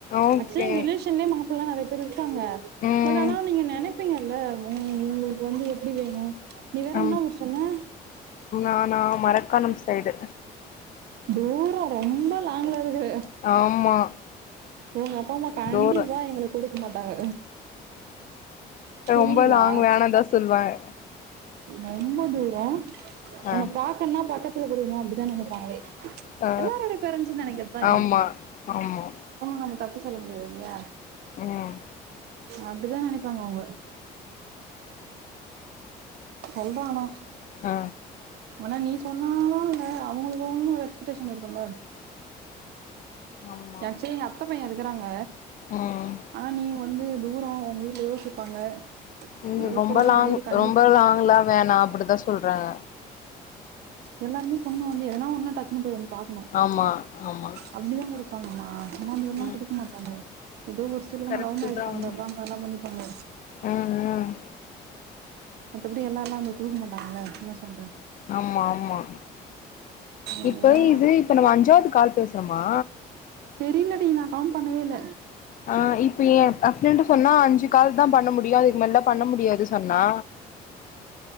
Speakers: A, on the left; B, on the right.
A: ஓகே
B: ஆக்சுவலா ரிலேஷன்லயே மாப்பில்லாம் நிறைய ர இருக்காங்க
A: ம்
B: பட் ஆனா நீங்க நினைப்பீங்கல்ல உ உங்களுக்கு வந்து எப்படி வே உம் நீ வேற
A: ஆம்
B: என்ன ஒருஊர் சொன்ன
A: நா நா மரக்காணம் சைடு
B: தூரம் ரொம்ப லாங்கா இருக்கு
A: ஆமா
B: உங்க அப்பா அம்மா கண்டிப்பா
A: தூரோ
B: எங்களுக்கு குடுக்க மாட்டாங்க புரியுதா
A: ரொம்ப லாங் வேணாந்தா சொல்வாங்க
B: ரொம்ப தூ ரம்
A: ஆ
B: உன்ன பாக்கன்னா பக்க போடணும் அப்படிதான் நினைப்பாங்களே
A: ஆ
B: எல்லருோடைய பேரன்ட்ஸ்ன்னு நனைக்கத்தான்
A: ஆமா
B: இது
A: ஆமா
B: நம்ம தப்பு சொல்லும் இல்ல
A: ம்
B: அப்படிதான் நனைப்பாங்க அவுங்க சொல் ஆனா
A: ஆ
B: ஆனா நீ சொன்ன தான் அவுங்களுக்கு அவுங்களும் ஒரு எக்ஸ்பெக்டேஷன் இருக்கும்ல
A: ஆமா
B: என் சைடு அத்தை பையன் இருக்குறாங்க
A: ம்
B: ஆனா நீ வந்து தூரம் உங்க வீட்டுல யோசிப்பாங்க
A: ம்
B: விழுப்புரம்னும்
A: ரொம்ப லாங்
B: போது கண்டு
A: ரொம்ப லாங்லாம் வேணாம் அப்படிதான் சொல்றாங்க
B: எல்லாருமே பொண்ணு வந்து எதனாலும் டக்கு வந்து பார்க்கணும்
A: ஆமா ஆமா
B: அப்படிதான் போனு மா அம்மா அதெல்லாம்
A: ம்
B: குடுக்க மாட்டாங்க ஏதோ ஒரு சிலவுங்க
A: கரெக்ட்டு
B: லவ் மேரேஜ்
A: தா
B: பண்றதுதான்
A: ம்
B: அது எல்லாம் பண்ணிப்பாங்க
A: ம்
B: மத்தபடி எல்லார் எல்லாம் வந்து குடுக்க மாட்டாங்கள என்ன சொல்ற
A: ஆமா ஆமா
B: அதுதா
A: இப்ப இது இப்ப நம்ம அஞ்சாவது கால் பே குமா
B: தெரியல டி நான் கவுண்ட் பண்ணவே இல்ல
A: ஆ இப்போ என் பசங்கள்ட சொன்னா அஞ்சு கால் தான் பண்ண முடியும் அதுக்கு மேல பண்ண முடியாதுன்னு சொன்னா